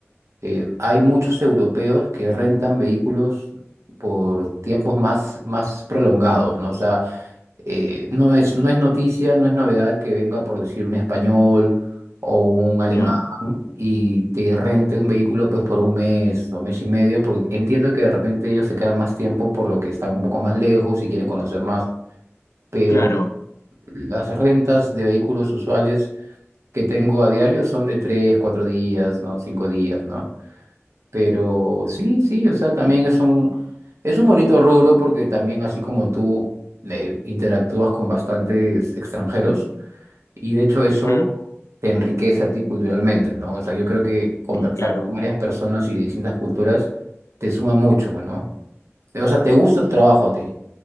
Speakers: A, on the right; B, on the left.
A: eh, hay muchos europeos que rentan vehículos por tiempos más, más prolongados, ¿no? O sea, eh, no es, no es noticia, no es novedad que venga, por decir, un español o un alemán
B: ya.
A: y te rente un vehículo pues por un mes o mes y medio, porque entiendo que de repente ellos se quedan más tiempo por lo que están un poco más lejos y quieren conocer más, pero
B: Claro.
A: las rentas de vehículos usuales que tengo a diario son de tres, cuatro días, ¿no? Cinco días, ¿no? Pero sí, sí, o sea, también es un, es un bonito rubro porque también así como tú eh, interactúas con bastantes extranjeros y de hecho eso
B: ujú,
A: te enriquece a ti culturalmente, ¿no? O sea, yo creo que conversar
B: Sí, claro.
A: con varias personas y de distintas culturas te suma mucho, ¿no? O sea, te gusta tu trabajo a ti.